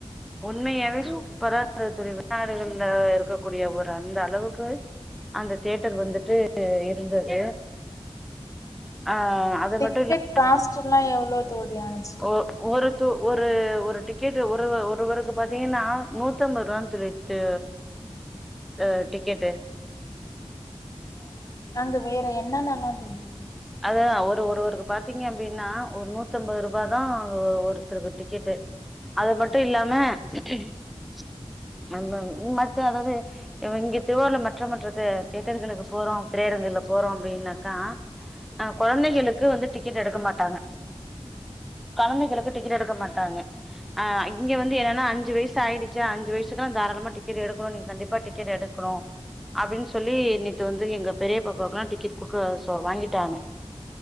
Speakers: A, in the centre; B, on the left.
A: உண்மையாவே சூப்பரா இருந்தது தோழி வெளிநாடுகள்ல இருக்கக்கூடிய ஒரு அந்த அளவுக்கு அந்த ன்டர் வந்துட்டு இருந்தது ஆ அது
B: டிக்கெட்
A: மட்டும் இல்லா
B: காஸ்ட் எல்லாம எவ்ளோ தோடியாச்சி
A: ஒ ஒரு து ஒரு-ஒரு டிக்கெட்டு் ஒரு-ஒருவருக்கு பாத்தீங்கன்னா நூத்தம்பது ரூவானு சொல்லிட்டு ஆ டிக்கெட்டு
B: ஆ ஆ அங்க வேற என்னன்னல்லா தோன்றியது
A: அதான் ஒரு-ஒரு-ஒரு அது பாத்தீங்க அப்டின்னா ஒரு நூத்தம்பது ரூபாதா ஒருத்தருக்கு டிக்கெட்டு <unintelligible> ட்டு இல்லாம <unintelligible> அந்த இங்க மட்டு அதாவது இங்க திருவாரூர்ல மற்ற-மற்ற ஆ தியேட்டர்களுக்கு போறோ திரையரங்கள்ல போறோ அப்டின்னாக்கா அ கொழந்தைகளுக்கு வந்து டிக்கெட் எடுக்க மாட்டாங்க கொழந்தைகளுக்கு டிக்கெட் எடுக்க மாட் ட்டாங்க ஆ இங்க வந்து என்னன்னா அஞ்சு வயசு ஆயிடுச்சா அஞ்சு வயசுக்குலா தாராளமா டிக்கெட் எடுக்கணு நீ கண்டிப்பா டிக்கெட் எடுக்கணு அப்டின்னு சொல்லி நேத்து வந்து எங்க பெரிய பாப்பாக்கெலா டிக்கெட் கொடுக்க தோ வாங்கிட்டாங்க